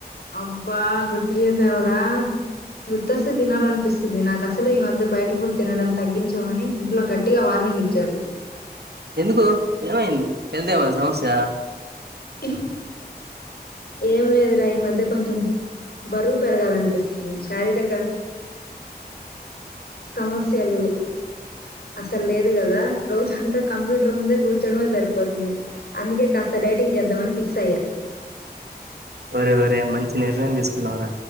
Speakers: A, on the left; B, on the right.
A: అబ్బా గుర్తు చేసవురా గుర్తొస్తే తినాలనిపిస్తుంది నాకు అసలు అసలు ఈ మధ్య బయట ఫుడ్ తినడం తగ్గించమని ఇంట్లో గట్టిగా వార్నింగ్ ఇచ్చారు
B: ఎందుకు ఏమైంది హెల్త్ ఏమనా సమస్య
A: ఇం ఏం లేదురా ఈ మధ్య కొంచెం బరువు పెరగాలనిపిస్తుంది శారీరక సమస్యలు అసలు లేదు కదా రోజంతా కంప్యూటర్ ముందే కూర్చడమే సరిపోతుంది అందుకే కాస్త డైటింగ్ చేద్దామని ఫిక్స్ అయ్యా
B: ఒరి ఒరే మంచి నిర్ణయం తీసుకున్నవ్ రా